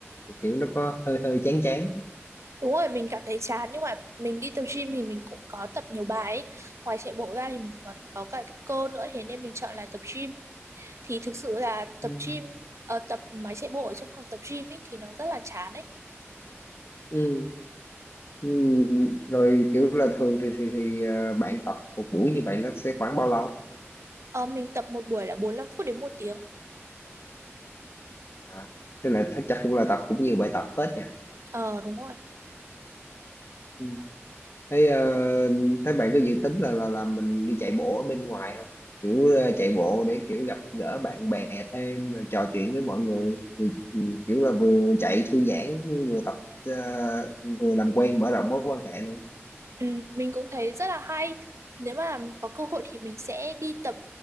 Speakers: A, on the left (about 55°); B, on the right (about 80°).
A: Thì kiểu nó có hơi hơi chán chán
B: Đúng rồi, mình cảm thấy chán nhưng mà mình đi tập gym thì mình cũng có tập nhiều bài ấy. Ngoài chạy bộ ra thì mình còn có cả tập cơ nữa thế nên mình chọn là tập gym. Thì thực sự là tập
A: ừ.
B: gym ờ, tập máy chạy bộ ở trong phòng tập gym ấy thì nó rất là chán ấy.
A: Ừ. Ừ. rồi kiểu là thường thì thì thì ờ, bạn tập một buổi như vậy nó sẽ khoảng bao lâu
B: Ờ, mình tập một buổi là 45 phút đến một tiếng.
A: à. tức là chắc cũng là tập cũng nhiều bài tập phết nhỉ
B: Ờ đúng rồi.
A: Ừ. Thế ờ, thế bạn có dự tính là là là mình đi chạy bộ ở bên ngoài không? Kiểu ờ, chạy bộ để kiểu gặp gỡ bạn bè thêm rồi trò chuyện với mọi người, Ừ, ừ, kiểu là vừa chạy thư giãn vừa tập ờ, vừa làm quen mở rộng mối quan hệ
B: Ừ, mình cũng thấy rất là hay. Nếu mà có cơ hội thì mình sẽ đi tập